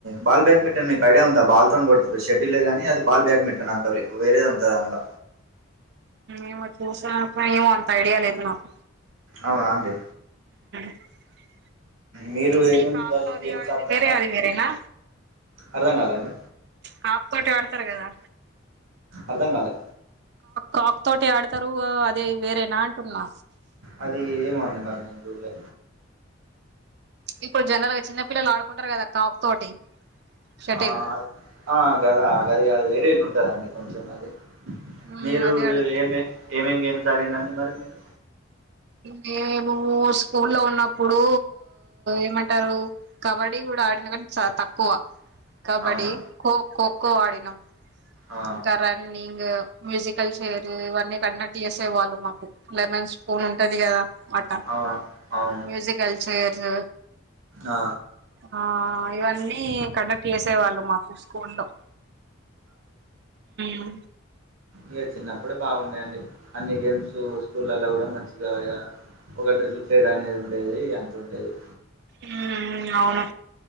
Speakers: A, on the right; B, on the right.
A: బాల్ బ్యాడ్మింటన్ మీకు ఐడియా ఉందా బాల్ తో కొడతారు షటిలే గానీ అది బాల్ బ్యాడ్మింటన్ అంటారు వేరేది ఉంటది అల్ల
B: ఏమో చూసాకాని ఏమో అంత ఐడియా లేదు నాకు
A: అవునా అండి
B: <inaudible>
A: మీరు
B: అంటే
A: ఏమేమి
B: ఈ కాక్ బాల్
A: గేమ్స్
B: ఆడేది
A: ఆడతారు
B: వేరే
A: మరి
B: అది వేరేనా
A: అర్థం కాలేండి
B: కాక్ తోటి ఆడతరు గదా
A: అర్ధం గాలే
B: కాక్ తోటి ఆడతరు అదే వేరేనా అంటున్నా
A: అది ఏమో అండి మరి నేన్ జూడలే
B: ఇప్పుడు జనరల్ గా చిన్న పిల్లలు ఆడుకుంటారు గదా కాక్ తోటి షటిల్
A: ఆ ఆ గదా గది గాదు వేరే ఉంటదండి కొంచెం అది
B: మ్
A: మీరు
B: అదే ఆడు
A: ఏమ్ ఏమేమి గేమ్స్ ఆడిర్రు అండి మరి మీరు
B: మేము స్కూల్ లో ఉన్నప్పుడు ఏమంటారు కబడ్డీ గూడా ఆడిన గానీ చానా తక్కువ కబడ్డీ
A: అవునా
B: ఖో ఖోఖో ఆడినం
A: ఆ
B: ఇంకా రన్నింగ్ మ్యూజికల్ చేర్ ఇవన్నీ కండక్ట్ చేసేవాళ్ళు మాకు లెమన్స్ స్పూన్ ఉంటది కదా ఆట
A: అవును అవును
B: మ్యూజికల్ చైర్స్
A: ఆ!
B: ఆ ఇవన్నీ కండక్ట్ చేసే వాళ్ళు మాకు స్కూల్లో ఉమ్
A: ఇగ చిన్నప్పుడే బాగుండే అండి అన్ని గేమ్స్ స్కూల్లల్ల గూ డా మంచిగా ఇగ ఒక డ్రిల్ పిరేడ్ అనేది ఉండేది అంత ఉండేది
B: ఉమ్ అవును